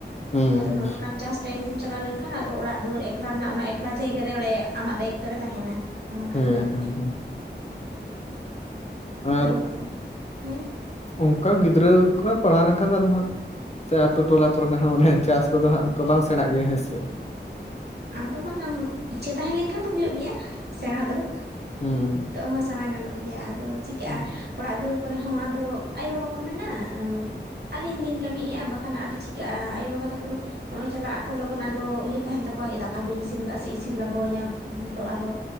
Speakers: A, on the left; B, on the right.
A: ᱦᱩᱸ
B: ᱟᱫᱚ ᱱᱚᱜ-ᱚ ᱱᱚᱝᱠᱟᱱ ᱪᱟᱥ ᱴᱟᱭᱤᱢ ᱨᱮᱢ ᱪᱟᱞᱟᱣ ᱞᱮᱱᱠᱷᱟᱱ ᱟᱫᱚ ᱚᱲᱟᱜ ᱫᱩᱣᱟᱹᱨ ᱮᱠᱞᱟ ᱨᱮᱱᱟᱜ ᱚᱱᱟ ᱮᱠᱞᱟ ᱡᱟᱭᱜᱟᱨᱮ ᱚᱸᱰᱮ ᱟᱢᱟᱜ ᱫᱟᱭᱤᱛᱛᱚ ᱨᱮ ᱛᱟᱦᱮᱱᱟ ᱾ ᱦᱚᱸᱼᱚ ᱱᱚᱝᱠᱟ
A: ᱦᱮᱸ
B: ᱦᱩᱭᱩᱜ
A: ᱦᱮᱸ
B: ᱜᱮᱭᱟ
A: ᱦᱮᱸ
B: ᱾
A: ᱟᱨ
B: ᱟᱫᱚ ᱦᱮᱸ
A: ᱚᱱᱠᱟ ᱜᱤᱫᱽᱨᱟᱹ ᱠᱷᱚᱱᱟᱜ ᱯᱟᱲᱦᱟᱣ ᱞᱮᱱᱠᱷᱟᱱ ᱫᱚ ᱟᱫᱚ ᱦᱟᱸᱜ ᱥᱮ ᱟᱛᱳ ᱴᱚᱞᱟ ᱠᱚᱨᱮᱱᱟᱜ ᱦᱚᱸ ᱢᱟᱱᱮ ᱪᱟᱥ ᱠᱚᱫᱚ ᱦᱟᱸᱜ ᱚᱱᱠᱟ ᱵᱟᱝ ᱥᱮᱬᱟᱜ ᱜᱮᱭᱟ ᱦᱮᱸ ᱥᱮ ᱾
B: ᱟᱢᱫᱚ ᱵᱟᱝ ᱟᱢ ᱤᱪᱪᱷᱟᱹ ᱛᱟᱦᱮᱸ ᱞᱮᱱᱠᱷᱟᱱ ᱫᱚ ᱦᱩᱭᱩᱜ ᱜᱮᱭᱟ ᱥᱮᱬᱟ ᱫᱚ ᱾
A: ᱦᱩᱸ
B: ᱱᱤᱛᱚᱜ ᱦᱚᱸ ᱥᱮᱬᱟ ᱜᱟᱱᱚᱜ ᱜᱮᱭᱟ ᱟᱫᱚ ᱪᱤᱠᱟᱹᱜᱼᱟ
A: ᱦᱩᱸ
B: ᱾ ᱚᱲᱟᱜ ᱫᱩᱣᱟᱹᱨ ᱠᱚᱨᱮ ᱦᱚᱸ ᱟᱫᱚ ᱟᱭᱳ ᱵᱟᱵᱟ ᱠᱚ ᱢᱮᱱᱟ ᱮᱸ ᱾ ᱟᱹᱞᱤᱧ ᱞᱤᱧ ᱠᱟᱹᱢᱤᱭᱮᱼᱟ ᱵᱟᱠᱷᱟᱱ ᱟᱫᱚ ᱪᱤᱠᱟᱹᱜᱼᱟ ᱟᱭᱳ ᱵᱟᱵᱟ ᱛᱟᱠᱚ ᱫᱚ ᱦᱚᱜ-ᱚᱭ ᱪᱟᱞᱟᱜ ᱟᱠᱚ ᱞᱚᱜᱚᱱ ᱟᱫᱚ ᱩᱭᱦᱟᱹᱨ ᱛᱟᱦᱮᱱ ᱛᱟᱠᱚᱣᱟ ᱫᱟᱠᱟ ᱵᱟᱹᱧ ᱤᱥᱤᱱ ᱟᱠᱟᱜ-ᱟ ᱥᱮ ᱤᱥᱤᱱ ᱞᱟᱜᱟᱣ ᱟᱹᱧᱟᱹ ᱩᱸ ᱛᱚ ᱟᱨᱦᱚ